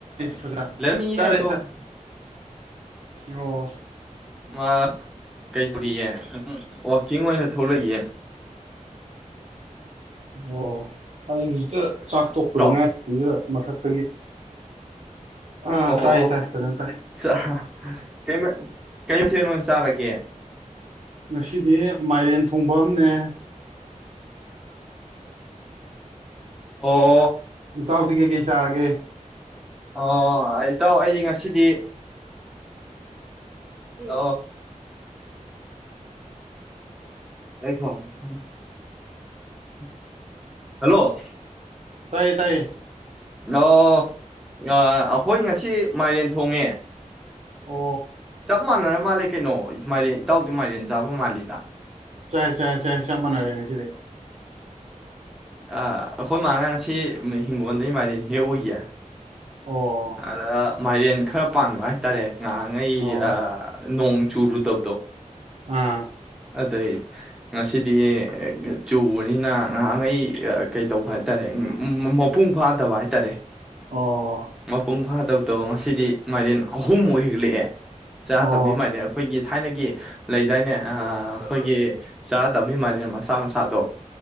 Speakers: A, on the right; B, in the centre.
A: ꯐꯖ
B: ꯂꯩꯔꯃꯤꯌꯦ
A: ꯆꯥꯔꯦ
B: ꯑꯗꯨꯣ
A: ꯆꯥꯛ ꯑꯣ
B: ꯃꯥ ꯀꯩꯗꯧꯔꯤꯌꯦ ꯋꯥꯛꯀꯤꯡ ꯑꯣꯏꯅ ꯊꯣꯛꯂꯛꯏꯑꯦ <inaudible>
A: ꯑꯣ ꯍꯧꯖꯤꯛꯇ ꯆꯥꯛ ꯇꯣꯛꯄꯗ
B: ꯏꯇꯥꯎ
A: ꯉꯥꯏ ꯑꯗꯨꯗ ꯃꯊꯛ ꯑꯥ
B: ꯑꯣ
A: ꯇꯥꯏ
B: ꯑꯣ
A: ꯇꯥꯏ ꯐꯖꯅ ꯇꯥꯏ
B: ꯆꯥ ꯀꯩ ꯃ ꯀꯩ ꯃꯊꯦꯜ ꯑꯣꯏꯅ ꯆꯥꯔꯒꯦ
A: ꯅꯁꯤꯗꯦ ꯃꯥꯥꯏꯔꯦꯟ ꯊꯨꯡꯐꯝꯅꯦ
B: ꯑꯣ
A: ꯏꯇꯥꯎꯗꯤ ꯀꯩꯀꯩ ꯆꯥꯔꯒꯦ
B: ꯑꯣ ꯏꯇꯥꯎ ꯑꯩꯗꯤ ꯉꯁꯤꯗꯤ ꯣ <inaudible> ꯎꯝ ꯍꯜꯂꯣ
A: ꯇꯥꯏꯌꯦ ꯇꯥꯏꯌꯦ
B: ꯀ ꯑꯣꯏ ꯑꯣ ꯑꯩꯈꯣꯏ ꯉꯁꯤ ꯃꯥꯏꯔꯦꯟ ꯊꯣꯡꯉꯦ
A: ꯑꯣ
B: ꯀꯃ ꯃꯥꯅꯅ ꯃꯥꯂꯦ ꯀꯩꯅꯣ ꯃꯥꯏꯔꯦꯟ ꯏꯇꯥꯎꯗꯤ ꯃꯥꯏꯔꯦꯟ ꯆꯥꯕ ꯃꯥꯜꯂꯤꯗ
A: ꯆꯥꯏ ꯆꯥꯏ ꯆꯥꯏ ꯆꯞ ꯃꯥꯟꯅꯔꯦ ꯉꯁꯤꯗꯤ
B: ꯑ ꯑꯩꯈꯣꯏ ꯃꯥꯟꯅꯁꯤ ꯍꯤꯡꯒꯣꯟꯗꯩ ꯃꯔꯤꯅꯦ ꯑꯣꯏꯌꯥ
A: ꯑꯣ
B: ꯑꯗ ꯃꯥꯏꯔꯦꯟ ꯈꯔ ꯄꯥꯟꯕ ꯍꯥꯏꯇꯥꯔꯦ ꯉꯥꯡꯉꯩ
A: ꯑꯣ
B: ꯅꯣꯡ ꯆꯨꯔꯨ ꯗꯥꯕꯗꯣ
A: ꯑꯥ
B: ꯑꯗꯩ ꯉꯁꯤꯗꯤ ꯆꯨꯕꯅꯤꯅ ꯉꯍꯥꯛꯈꯩ ꯀꯩꯇꯧꯕ ꯍꯥꯏꯇꯥꯔꯦ ꯃꯄꯨꯡ ꯐꯥꯗꯕ ꯍꯥꯏꯇꯥꯔꯦ
A: ꯑꯣ
B: ꯃꯄꯨꯡ ꯐꯥꯗꯕꯗꯣ ꯉꯁꯤꯗꯤ ꯃꯥꯏꯔꯦꯟ ꯑꯍꯨꯝ ꯑꯣꯏ ꯍꯦꯛꯂꯛꯑꯦ ꯆꯥ
A: ꯑꯣ
B: ꯇꯝꯕꯤꯃꯥꯏꯅꯦ ꯑꯩꯈꯣꯏꯒꯤ ꯊꯥꯏꯅꯒꯤ ꯂꯩꯗꯥꯏꯅꯦ ꯑꯩꯈꯣꯏꯒꯤ ꯆꯔꯥ ꯇꯝꯃꯤꯃꯅꯤ ꯃꯁꯥ ꯃꯁꯥꯗꯣ